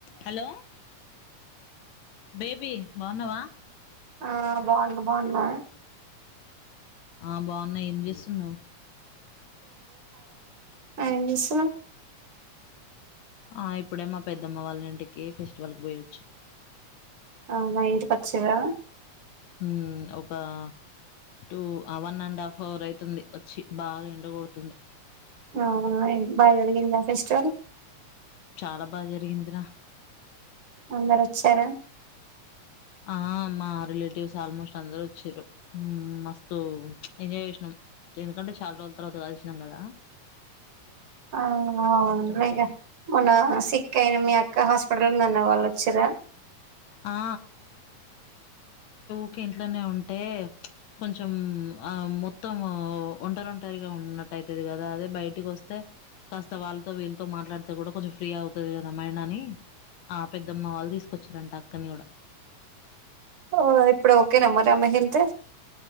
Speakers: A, on the left; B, on the right.
A: Hello baby బాగున్నావా
B: ఆ బాగున్నా బాగున్నావా
A: ఆ బాగున్నా ఏం చేస్తున్నావ్వు
B: ఎం చేస్తున్నావు
A: ఆ ఇప్పుడే మా పెద్దమ్మ వాళ్ళ ఇంటికి ఫెస్టివల్కి పోయు
B: అవునా ఇంటికి వచ్చిరా,
A: ఊ ఒకా two one and half hour అవుతుంది వచ్చి బాగా ఎండకూడుతుంది.
B: ఆ బాగా జరిగిందా ఫెస్టివల్
A: చాలా బాగా జరిగిందిరా
B: అందరు వచ్చారా
A: ఆ మా రిలేటివ్స్ ఆల్మోస్ట్ అందరు వచ్చారు మ ఒ ఎంజాయ్ చేసినాం ఎందుకంటే చాలా రోజుల తర్వాత కలిసినాం కదా,
B: ఆవు మున్న అసి ఇంకా అయినా మీ అక్క హాస్పిటల్లో ఉంది అన్నావు వాళ్ళు వచ్చిరా
A: ఆ! ఊకె ఇంట్లోనే ఉంటే కొంచెం ఆ మొత్తం ఒంటరి ఒంటరిగా ఉన్నటు అయితది కదా అదే బయటికి వస్తే కాస్త వాళ్ళతో వీళ్ళతో మాట్లాడితే కూడా కొంచెం ఫ్రీ అవుతది ఏమోనన్ని ఆ పెద్దమ్మ వాళ్ళు తీసుకొచ్చారంట అక్కని కూడా
B: ఆఓ ఇప్పుడు ఓకే నా ఆమె హెల్త్